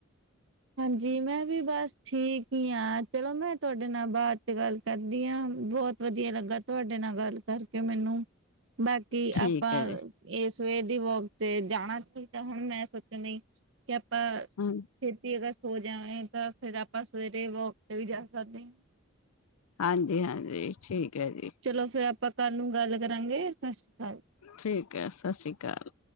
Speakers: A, on the right (about 60°); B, on the left (about 85°).
A: ਹਾਂਜੀ। ਮੈਂ ਵੀ ਬਸ ਠੀਕ ਹੀ ਹਾਂ। ਚਲੋ ਮੈਂ ਤੁਹਾਡੇ ਨਾਲ ਬਾਅਦ 'ਚ ਗੱਲ ਕਰਦੀ ਹਾਂ। ਬਹੁਤ ਵਧੀਆ ਲੱਗਾ ਤੁਹਾਡੇ ਨਾਲ ਗੱਲ ਕਰਕੇ ਮੈਨੂੰ। ਬਾਕੀ
B: ਠੀਕ
A: ਆਪਾਂ।
B: ਹੈ ਜੀ
A: ਇਹ ਸਵੇਰ ਦੀ ਵੋਕ ਤੇ ਜਾਣਾ ਚਾਹੀਦਾ ਹੈ। ਹੁਣ ਮੈਂ ਸੋਚਣ ਲਈ ਕਿ ਆਪਾਂ।
B: ਹੂੰ।
A: ਅਸੀਂ ਅਗਰ ਸੌ ਜਾਵੇਗਾ ਤਾਂ ਫੇਰ ਆਪਾਂ ਸਵੇਰੇ ਵੋਕ ਤੇ ਵੀ ਜਾ ਸਕਦੇ ਹਾਂ।
B: ਹਾਂਜੀ -ਹਾਂਜੀ ਠੀਕ ਹੈ ਜੀ।
A: ਚਲੋ ਫੇਰ ਆਪਾਂ ਕੱਲ੍ਹ ਨੂੰ ਗੱਲ ਕਰਾਂਗੇ। ਸਤਿ ਸ਼੍ਰੀ ਅਕਾਲ।
B: ਠੀਕ ਹੈ। ਸਤਿ ਸ਼੍ਰੀ ਅਕਾਲ।